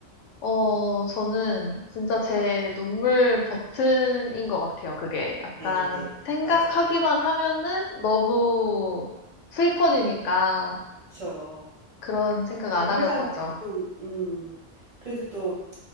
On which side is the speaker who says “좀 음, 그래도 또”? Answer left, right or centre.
Right